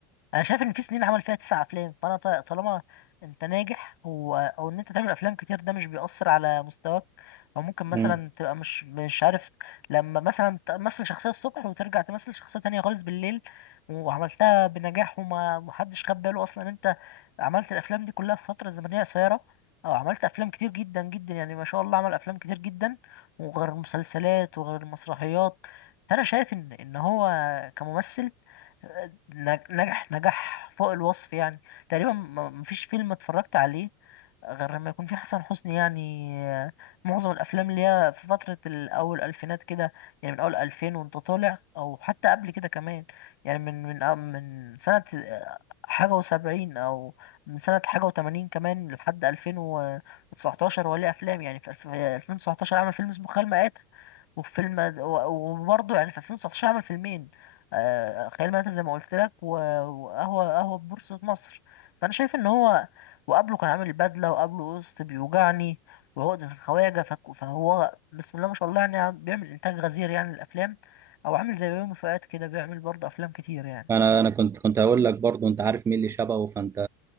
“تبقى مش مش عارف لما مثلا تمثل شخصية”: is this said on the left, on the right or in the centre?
Left